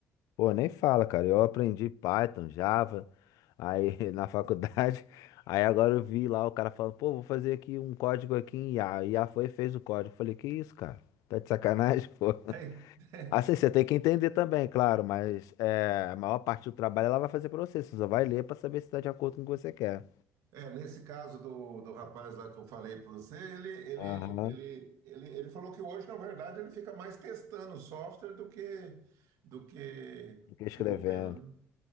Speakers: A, on the left; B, on the right.
A: Pô, nem fala, cara. Eu aprendi Python, Java, aí <laughs> na faculdade. Aí agora eu vi lá o cara falando, pô, vou fazer aqui um código aqui em IA. E a foi e fez o código. Falei, que isso, cara? Tá de sacanagem, <laughs> pô.
B: <laughs>
A: Assim, você tem que entender também, claro, mas é, a maior parte do trabalho ela vai fazer pra você. Você só vai ler pra saber se tá de acordo com o que você quer.
B: É, é, nesse caso do, do rapaz lá que eu falei para você, ele, ele,
A: Aham.
B: ele, ele, ele falou que hoje, na verdade, ele fica mais testando o software do que, do que
A: Fica
B: desenvolvendo,
A: escrevendo.
B: né?